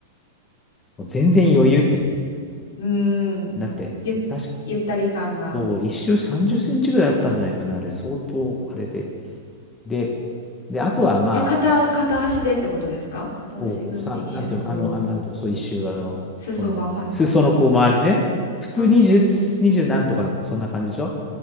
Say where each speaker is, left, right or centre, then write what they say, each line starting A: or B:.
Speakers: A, on the left (about 20°); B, on the left (about 70°).
A: もう全然余裕っていうの。
B: うん。
A: だって、
B: ゆ、
A: 確
B: ゆったり感が。
A: そう、一周30センチぐらいあったんじゃないかな、あれ、相当、あれで。で、で、あとはまあ、
B: あ、え、片、片足でってことですか片足分で一周さん。
A: こう、さ、なんていうの、
B: おー。
A: あの、あの、なんていうの、そう一周、あの、
B: 裾が、
A: この、
B: はいはい。
A: 裾のこう、周りね、普通20、
B: うんうんうん。
A: 2な何とか、そんな感じでしょ